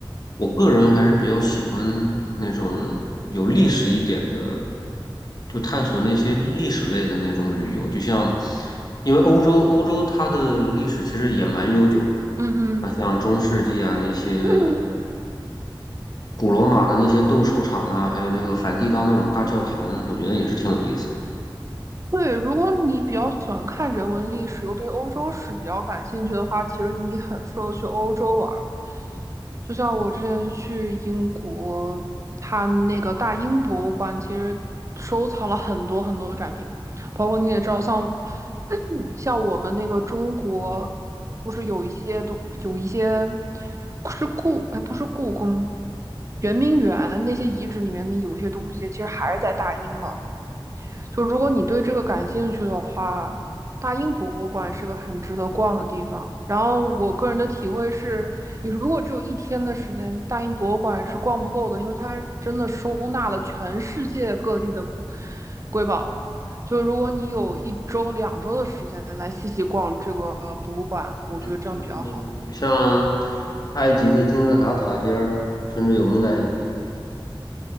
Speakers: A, on the left (about 45°); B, on the right (about 35°).
A: 我个人还是比较喜欢那种有历史一点的，就探索那些历史类的那种旅游。就像，因为欧洲欧洲它的历史其实也蛮悠久的，
B: 嗯哼。
A: 那像中世纪啊那些。
B: <clears throat>
A: 古罗马的那些斗兽场啊，还有那个梵蒂冈那种大教堂，我觉得也是挺有意思。
B: 对，如果你比较喜欢看人文历史，又对欧洲史比较感兴趣的话，其实你很适合去欧洲玩儿。就像我之前去英国，它那个大英博物馆其实收藏了很多很多的展品，包括你也知道，像 <clears throat> 像我们那个中国，不是有一些东有一些是故哎不是故宫，圆明园那些遗址里面的有些东西，其实还是在大英嘛。就如果你对这个感兴趣的话，大英博物馆是个很值得逛的地方。然后我个人的体会是，你如果只有一天的时间，大英博物馆是逛不够的，因为它真的收纳了全世界各地的瑰宝。就如果你有一周、两周的时间来细细逛这个博物馆，我觉得这样比较好。
A: 嗯，像埃及的金字塔塔尖儿，甚至有木乃伊，